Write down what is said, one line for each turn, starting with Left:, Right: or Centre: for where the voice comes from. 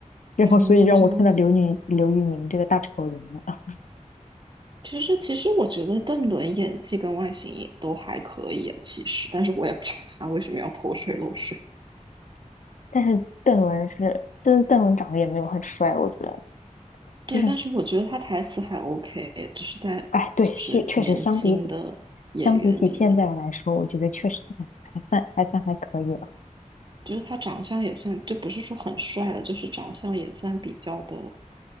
Left: 然后所以让我看到刘宁、
Right: 嗯，这样子。
Left: 刘宇宁这个大丑人了。<laughs>
Right: 其实，其实我觉得邓伦演技跟外形也都还可以啊，其实，但是我也不知道他为什么要偷税漏税。
Left: 但是邓伦是，邓邓伦长得也没有很帅，我觉得。
Right: 对，
Left: 就是。
Right: 但是我觉得他台词还 OK，就是在就是年轻的演员里面，
Left: 哎，对，确确实相比起相比起现在来说，我觉得确实还算还算还可以了。
Right: 就是他长相也算，就不是说很帅了，就是长相也算比较的，